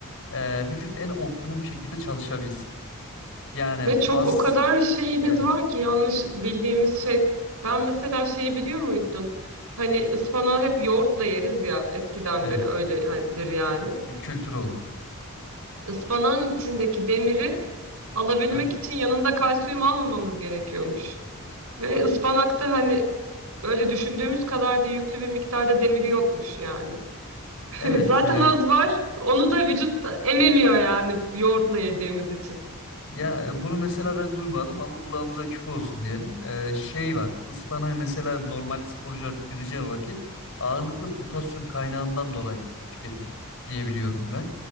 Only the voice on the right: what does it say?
Ve
çok o kadar şeyimiz
var ki yanlış bildiğimiz şey. Ben mesela şeyi biliyor muydun? Hani ıspanağı hep yoğurtla yeriz ya eskiden
beri öyledir yani.
Ispanağın içindeki demiri alabilmek
için yanında kalsiyum almamamız gerekiyormuş. Ve ıspanakta hani öyle düşündüğümüz kadar da yüklü bir miktarda demiri yokmuş yani. <laughs>
Zaten
az var. Onu da vücut da ememiyor yani yoğurtla yediğimiz için.